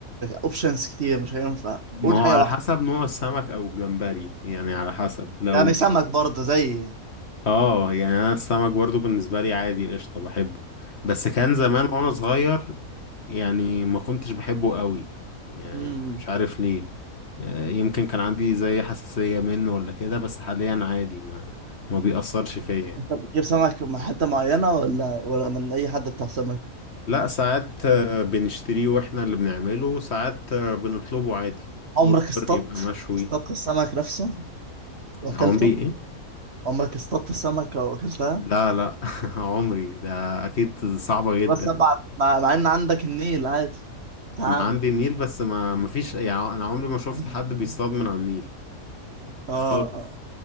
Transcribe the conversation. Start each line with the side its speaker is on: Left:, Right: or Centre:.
Right: أوبشنز كتير مش هينفع
Left: ما
Right: قول
Left: هو
Right: حاجة
Left: على
Right: واحدة
Left: حسب نوع السمك أو الجمبري يعني على حسب لو
Right: يعني سمك برضه زي
Left: اه يعني أنا السمك برضو بالنسبة لي عادي قشطة بحبه بس كان زمان وأنا صغير يعني ما كنتش بحبه قوي يعني
Right: يعني
Left: مش عارف ليه آه، يمكن كان عندي زي حساسية منه ولا كده بس حاليا عادي ما ما بيأثرش فيا يعني.
Right: انت بتجيب سمك من حتة معينة ولا ولا من أي حد بتاع سمك؟
Left: لا ساعات آه، بنشتريه واحنا اللي بنعمله وساعات آه، بنطلبه عادي
Right: عمرك
Left: اوردر
Right: اصطدت
Left: يبقى مشوي
Right: اصطدت السمك نفسه وأكلته؟
Left: عمري ايه
Right: عمرك اصطدت السمكة وأكلتها؟
Left: لا لا <laughs> عمري ده اكيد صعبة جدا
Right: بس مع مع, مع إن عندك النيل عادي تعامل
Left: عندي النيل بس ما ما فيش يعني انا عمري ما شفت
Right: <laughs>
Left: حد بيصطاد من على النيل
Right: اه اه
Left: خالص